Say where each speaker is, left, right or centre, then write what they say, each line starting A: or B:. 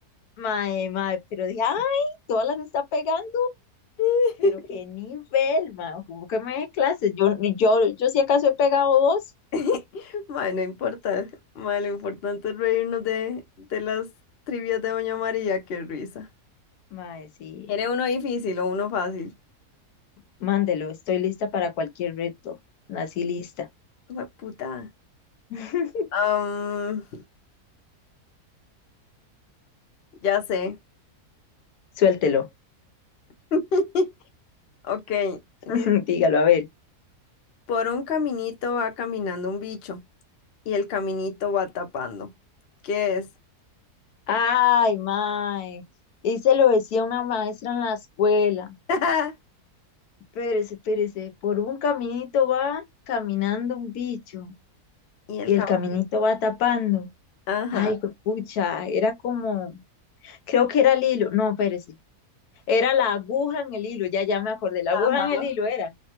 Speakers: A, on the left; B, on the left.
A: Mae, mae, pero dije, ay, todas las está pegando,
B: <laughs>
A: pero qué nivel, mae, como que me dé clases. Yo, yo, yo si acaso he pegado dos.
B: <laughs> Mae, no importa. Mae, lo importante es reírnos de, de las trivias de Doña María, qué risa.
A: Mae, sí,
B: ¿Quiere uno difícil o uno fácil?
A: mándelo, estoy lista para cualquier reto. Nací lista.
B: Hue puta.
A: <laughs>
B: Am, ya sé.
A: Suéltelo,
B: <laughs> Ok. Dice,
A: <laughs> dígalo, a ver.
B: por un caminito va caminando un bicho y el caminito va tapando. ¿Qué es?
A: Ay, mae. Y se lo decía una maestra en la escuela.
B: <laughs>
A: Espérese, espérese. Por un caminito va caminando un bicho
B: Y el
A: y
B: caminito.
A: el caminito va tapando.
B: Ajá,
A: Ay, pucha, era como, creo que era el hilo. No, espérese. Era la aguja en el hilo, ya, ya me acordé. La
B: ajá.
A: aguja en el hilo era.